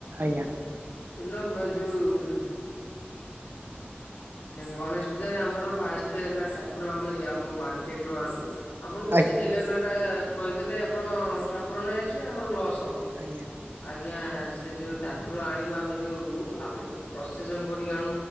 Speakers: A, on the right (about 60°); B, on the left (about 65°).
A: ଆଜ୍ଞା।
B: ଇଲୋ ଯୋଉ ଗଣେଶ
A: ଆଜ୍ଞା
B: ପୂଜାରେ ଆମର ଫାଷ୍ଟ ହେଲା ଠାକୁର ଆମେ ଆମ ମାର୍କେଟରୁୁ ଆଣୁ ଆପଣଙ୍କୁ
A: ଆଜ୍ଞା।
B: ସେଜେଗାର ନାଁ ଟା କହିଦେଲେ ଆପଣ ଠାକୁର ନେଇ ଆସିବେ ଆମର ଲସ୍ ହେବ
A: ଆଜ୍ଞା
B: ଆଜ୍ଞା। ଆଜ୍ଞା ସେ ଯୋଉ ଠାକୁର ଆଣିବା ଆମେ ଯୋଉ ଆମେ ଯୋଉ ପ୍ରସେସନ କରିକି ଆଣୁ